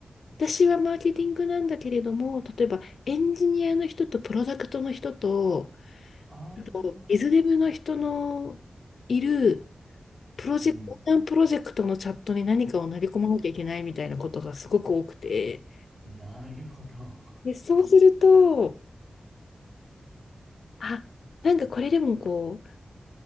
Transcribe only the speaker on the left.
私はマーケティングなんだけれども、例えばエンジニアの人とプロダクトの人と、
あとビズデブの人のいるプロジェクト、
横断プロジェクトのチャットに何かを投げ込まなきゃいけないみたいなことがすごく多くて、
で、そうすると、
あ、なんかこれでもこう、